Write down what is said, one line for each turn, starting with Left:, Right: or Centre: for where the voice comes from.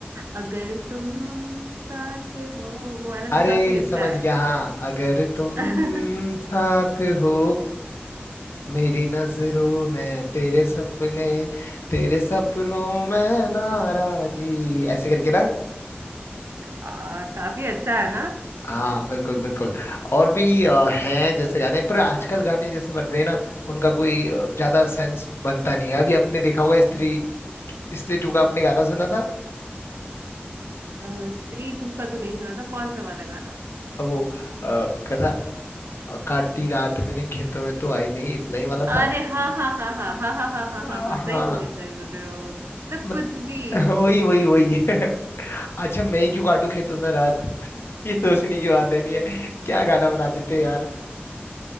Right: अगर तुम साथ हो वो वाला भी
Left: अरे
Right: काफी अच्छा
Left: समझ
Right: है
Left: गया हाँ अगर तुम
Right: <laughs>
Left: साथ हो मेरी नजरों में तेरे सपने तेरे सपनों में नाराजी ऐसे करके ना
Right: आ, काफी अच्छा है ना
Left: हाँ बिल्कुल
Right: <laughs>
Left: बिल्कुल और भी अ, हैं जैसे गाने पर आजकल गाने जैसे बन रहे हैं ना उनका कोई अ, ज्यादा सेंस बनता नहीं है अभी आपने देखा होगा स्त्री स्त्री टू का आपने गाना सुना था
Right: अ, स्त्री टू का तो नहीं सुना था कौन सा वाला गाना
Left: वो अ, क्या था और काटी रात मैंने खेतों में तो आई नहीं इतना ही वाला
Right: अरे
Left: था
Right: हाँ हाँ हाँ हाँ हाँ हाँ हाँ हाँ
Left: आ,
Right: हाँ हाँ
Left: हाँ
Right: सही बोले सही बोल रहे हो मतलब
Left: मत,
Right: कुछ भी
Left: <laughs> वही वही वही <laughs> अच्छा मैं ही क्यों काटू खेतों में रात <laughs> ये सोचने की बात है नहीं है क्या गाना बना देते हैं यार